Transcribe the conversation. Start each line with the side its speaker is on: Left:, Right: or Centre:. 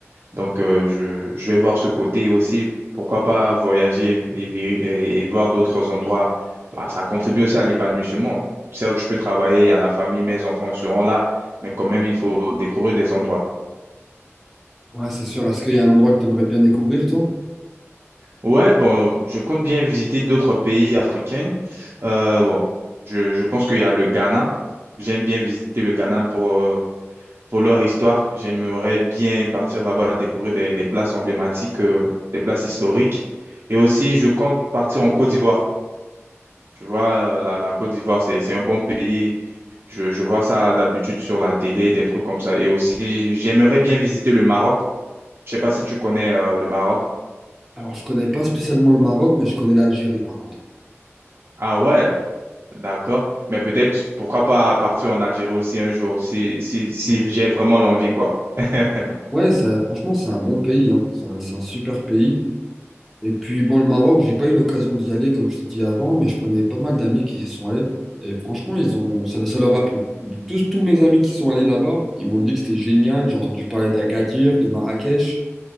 Right: Donc, euh, je, je vais voir ce côté aussi. Pourquoi pas voyager et, vi- et- et voir d'autres endroits. Bah, ça contribue aussi à l'épanouissement. Certes, je peux travailler, il y a la famille, mes enfants seront là, mais quand même, il faut découvrir des endroits.
Centre: Ouais, c'est sûr. Est-ce qu'il y a un endroit que tu aimerais bien découvrir, toi?
Right: Ouais, bon, je compte bien visiter d'autres pays africains. Euh, bon, je, je pense qu'il y a le Ghana. J'aime bien visiter le Ghana pour. euh, pour leur histoire. J'aimerais bien partir là-bas, découvrir des, des places emblématiques, euh, des places historiques. Et aussi, je compte partir en Côte d'Ivoire. Tu vois, euh, la, la Côte d'Ivoire, c'est, c'est un bon pays. Je, je vois ça d'habitude sur la télé, des trucs comme ça. Et aussi, j'aimerais bien visiter le Maroc. Je sais pas si tu connais, euh, le Maroc.
Centre: Alors, je connais pas spécialement le Maroc, mais je connais l'Algérie, par contre.
Right: Ah ouais, d'accord. Mais peut-être, pourquoi pas partir en Algérie aussi un jour, si, si, si j'ai vraiment l'envie, quoi. <laughs>
Centre: Ouais, ça, franchement, c'est un bon pays, hein. C'est un, c'est un super pays. Et puis, bon, le Maroc, j'ai pas eu l'occasion d'y aller, comme je t'ai dit avant, mais je connais pas mal d'amis qui y sont allés. Et franchement, ils ont, ça, ça leur a plu. Tous, tous mes amis qui sont allés là-bas, ils m'ont dit que c'était génial. J'ai entendu parler d'Agadir, de Marrakech.